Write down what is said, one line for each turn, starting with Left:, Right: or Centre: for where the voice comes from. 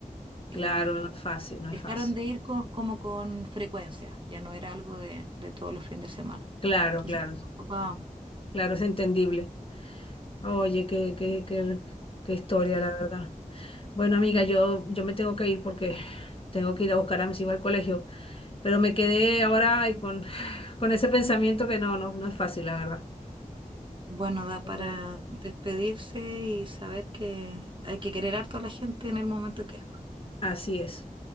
Right: y
Left: claro, no es fácil, no es
Right: dejaron
Left: fácil.
Right: de ir con- como con frecuencia, ya no era algo de, de todos los fines de semana.
Left: Claro,
Right: Entonces,
Left: claro, sí.
Right: papá,
Left: claro, es entendible. Oye, qué, qué, qué, qué historia,
Right: sí,
Left: la verdad. Bueno, amiga, yo, yo me tengo que ir porque <laughs> tengo que ir a buscar a mis hijos al colegio, pero me quedé ahora y con, <laughs> con ese pensamiento que no, no, no es fácil, la verdad.
Right: Bueno, da
Left: Pero
Right: para
Left: bueno,
Right: despedirse y saber que hay que querer harto a la gente en el momento que es.
Left: Así es.